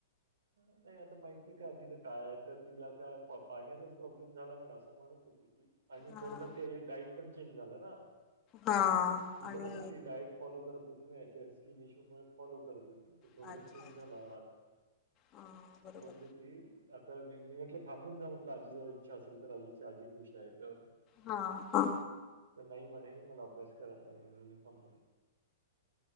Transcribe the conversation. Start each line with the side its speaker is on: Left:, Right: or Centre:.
Right: नाही आता माहित नाही का तिथं काय आहे तिला काय पाण्याचाच प्रॉब्लेम झाला म्हण असं म्हणत आणि
Left: हा
Right: थोडस काही डाईट पण चेंज झालं ना.
Left: हा
Right: तिचं
Left: आणि
Right: कस ती डायट फॉलो करत होती ना याच्या स्किन इश्यू मु फॉलो करत होती. थोडासा
Left: अच्छा
Right: चेंज
Left: अच्छा
Right: झाला.
Left: हा बरोबर.
Right: बोलली. आता मी म्हटलं थांबून जा म्हटलं आजी जवळ इच्छा असेल तर आजीची आजी खुश आहे तर
Left: हा.
Right: तर नाही म्हणे मलाबच करा चले काम